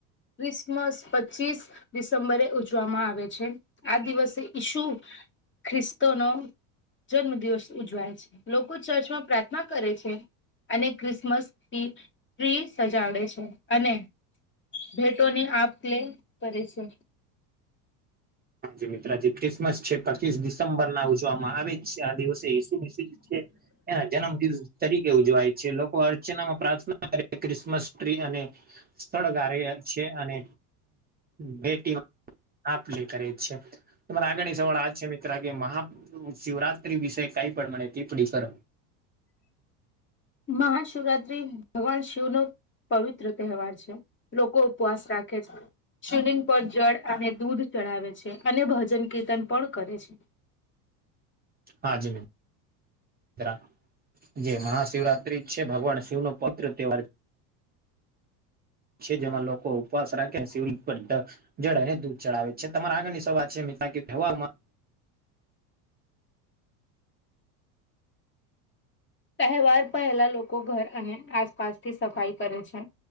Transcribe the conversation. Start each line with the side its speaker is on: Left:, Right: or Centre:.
Left: ક્રિસમસ પચીસ ડિસેમ્બરે ઉજવામાં આવે છે આ દિવસે ઈસુ ખ્રિસ્તો નો જન્મ દિવસ ઉજવાય છે લોકો ચર્ચમાં પ્રાર્થના કરે છે અને ક્રિસમસ ટ્રી ટ્રીસ સજાડે છે અને ભેટોની આપલે કરે છે.
Right: હાજી મિત્રાજી ક્રિસમસ છે પચીસ ડિસેમ્બર ના ઉજવામાં આવે છે આ દિવસે ઈસુ ક્રિસ છે એના જન્મ દિવસ તરીકે ઉજવાય છે લોકો આ પ્રાર્થના કરી ક્રિસમસ ટ્રી અને સ્થળ ગારયા છે અને બે ટીમ આપ લે કરે છે તમારા આગળની સવાર આજ છે મિત્ર કે મહા શિવરાત્રી વિષય કઈ પણ મને તે પડી કર
Left: મહાશિવરાત્રી ભગવાન શિવ નુ પવિત્ર તહેવાર છે લોકો ઉપવાસ રાખે છે. શિવલિંગ પર જળ અને દૂધ ચડાવે છે અને ભજન કીર્તન પણ કરે છે
Right: હાજી મેમ રા જે મહાશિવરાત્રી છે ભગવાન શિવ નો પવિત્ર તહેવાર છે જેમાં લોકો ઉપવાસ રાખે શિવલિંગ પર જડને દૂધ ચડાવે છે તમારા આગળની સ વાત છે મીતા તહેવારોમાં
Left: તહેવાર પહેલા લોકો ઘર અને આસપાસથી સફાઈ કરે છે